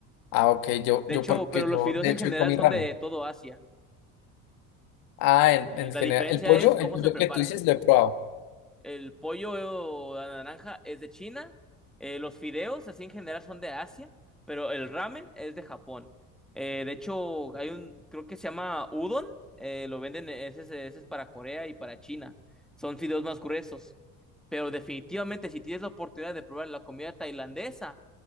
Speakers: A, on the left (about 75°); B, in the centre.
A: Ah, ok, yo,
B: De
A: yo
B: hecho,
A: porque
B: pero
A: yo
B: los fideos
A: de
B: en
A: hecho
B: general
A: comí
B: son
A: ramen.
B: de todo Asia.
A: Ah,
B: Eh,
A: en, en
B: la
A: general,
B: diferencia
A: el pollo,
B: es cómo
A: el pollo
B: se prepara.
A: que tú dices lo he probado.
B: El pollo a la naranja es de China. eh, los fideos, así en general, son de Asia. Pero el ramen es de Japón. Eh, de hecho, hay un, creo que se llama udon. eh, lo venden, e, ese, es- ese es para Corea y para China. Son fideos más gruesos. Pero definitivamente, si tienes la oportunidad de probar la comida tailandesa,